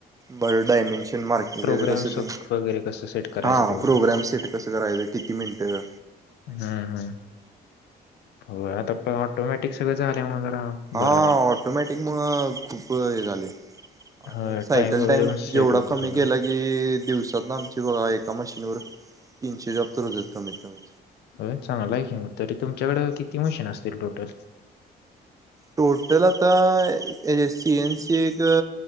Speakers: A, on the right (about 20°); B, on the left (about 80°).
A: बर्ड डायमंड ची मार्किंग
B: प्रोग्राम्स
A: च कस तेन
B: वगैरे कसं सेट करायचं
A: हा
B: तेवढं
A: प्रोग्राम सेट कसं कराय किती मिनटं
B: हम्म हम् हो आता प ऑटोमॅटिक सगळ झालं म्हणून जरा. बरं
A: हां
B: आहे
A: ऑटोमॅटिक मग खूप हे झाले आणि
B: होय
A: सायकल
B: टाइम वगैरे
A: टाईम
B: पण सेट
A: जेवढा
B: होते
A: कमी
B: सगळं
A: केला की दिवसात ना आमची बघा एका मशीनवर. तीनशे जॉब तर होत्यात कमीत कमी
B: हो चांगल आहे कि मग तरी तुमच्याकडे किती मशीन असतील टोटल.
A: टोटल आता सीएनसी एक